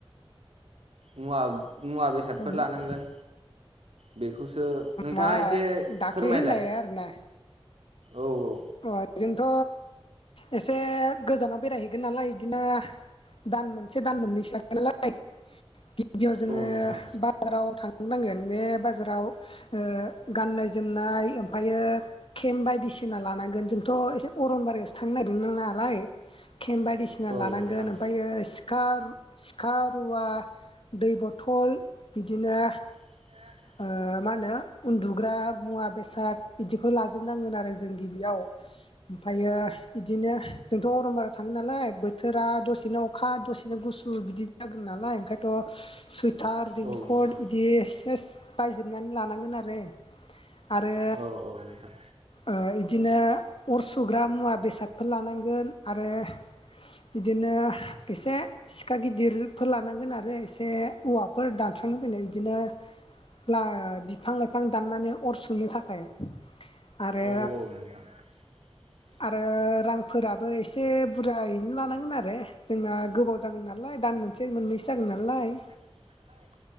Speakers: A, on the right; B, on the left.
A: मुवा- मुवा बेसादफोर
B: ओ
A: लानांगोन? बेखौसो नोंथाङा
B: मा
A: एसे
B: दाख्लै
A: फोरमायलाय
B: होननाय आरोना
A: औ औ
B: अ बेजोंथ' एसे गोजानाव बेरायहैगोन नालाय इदिनो दान मोनसे दान मोननैसो थागोन नालाय गिबियाव जोङो
A: औ नोंथां
B: बाजाराव थां थनांगोन बे बाजाराव ओ गाननाय -जोमनाय ओमफायो केम्प बायदिसिना लानां गोन जोंथ' एसे अरनबारियावसो थांनो नागिरदोंमोन नालाय केम बायदिसिना
A: औ
B: लानांगोन
A: नोंथां
B: ओमफ्रायो सिखा सिखा रुवा दै बथल बिदिनो
A: दिनोा <unintelligible>
B: ओ मा होनो उन्दुग्रा मुवा बेसाद बिदिफोर लाजोबनांगोन आरो जों गिबियाव। ओमफ्रायो बिदिनो जोंथ' अरनबारियाव थाङो नालाय बोथोरा दसेनो अखा दसेनो गुसु सु बिदि जागोन नालाय ओंखायनोथ' सै थार रेनखर्द
A: औ नोंथां
B: बिदि सेस बायजोबनानै लानांगोन आरो। आरो
A: औ औ नोंथां
B: ओ इदिनो अर सुग्रा मुवा बेसादफोर लानांगोन आरो। बिदिनो एसे सिखा गिदिरफोर लानांगोन आरो एसे औवाफोर दानस्रांनो जोंना इदिनो। लाओ बिफां- लाइफां दाननानै अर सुनो थाखाय आरो
A: औ औ <inaudible>
B: आरो रांफोराबो एसे बुरजायैनो लानांगोन आरो जोंना गोबाव जागोन नालाय दान मोन सै मोननैसो जागोन नालाय।
A: <inaudible>